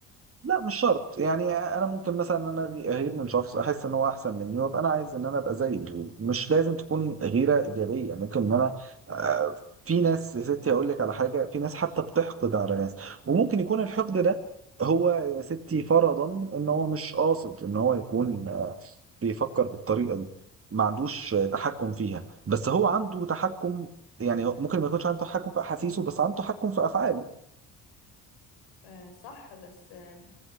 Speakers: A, on the right; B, on the left.
A: لا مش شرط يعني انا ممكن مثلا ان انا اغير من شخص احس ان هو احسن مني وابقى انا عايز ان انا ابقى زيه مش لازم تكون غيره ايجابيه ممكن ان انا آه، في ناس يا ستي هقول لك على حاجه في ناس حتى بتحقد على ناس وممكن يكون الحقد ده هو يا ستي فرضا ان هو مش قاصد ان هو يكون آه، بيفكر بالطريقه دي ما عندوش آه، تحكم فيها بس هو عنده تحكم يعني ممكن ما يكونش عنده تحكم في احاسيسه بس عنده تحكم في افعاله
B: آه صح بس آه